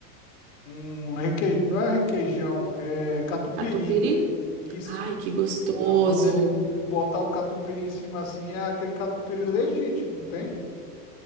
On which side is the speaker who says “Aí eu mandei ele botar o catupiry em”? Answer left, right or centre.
Left